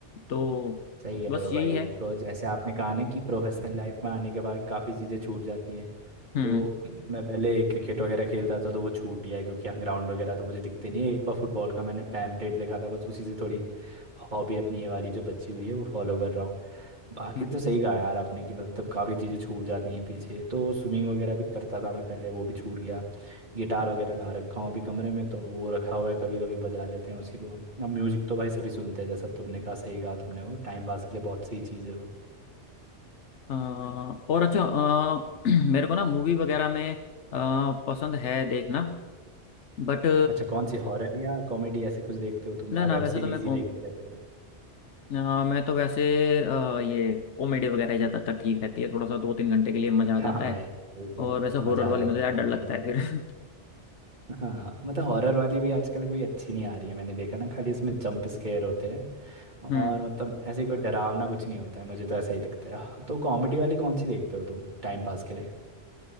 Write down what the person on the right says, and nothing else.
सही कह
रहे हो
भाई
को जैसे आपने कहा ना कि प्रोफेशनल लाइफ में आने के बाद काफ़ी चीज़ें छूट जाती है
तो मैं पहले क्रिकेट वगैरह खेलता था तो वो छूट गया है, क्योंकि यहाँ ग्राउंड वगैरह तो मुझे दिखते नहीं है एक बार फुटबॉल का मैंने पैम्पलेट देखा था बस उसी से थोड़ी हॉबी अपनी ये वाली जो बची हुई है वो फॉलो कर रहा हूँ बाकी
तो सही कहा यार आपने कि मतलब काफ़ी चीज़ें छूट जाती हैं पीछे तो स्विमिंग वगैरह भी करता था मैं पहले वो भी छूट गया गिटार वगैरह ला रखा हूँ अभी कमरे में तो वो रखा हुआ है कभी कभी बजा लेते हैं उसी को अब म्यूजिक तो भाई सभी सुनते हैं जैसा तुमने कहा सही कहा तुमने वो टाइम पास के लिए बहुत सही चीज़ है वो
अच्छा कौन सी हॉरर या कॉमेडी ऐसे कुछ देखते हो तुम
या
वेब
सीरीज
ही देखते रहते हो
हाँ हाँ
भाई वही कह
रहे हैं
मजा
आ जाता
है
कॉमेडी
में
हाँ मतलब हॉरर वाली भी आजकल कोई अच्छी नहीं आ रही है मैंने देखा ना खाली इसमें जंप स्केयर होते हैं और
मतलब ऐसे कोई डरावना कुछ नहीं होता है मुझे तो ऐसा ही लगता है तो कॉमेडी वाली कौन सी देखते हो तुम टाइम पास के लिए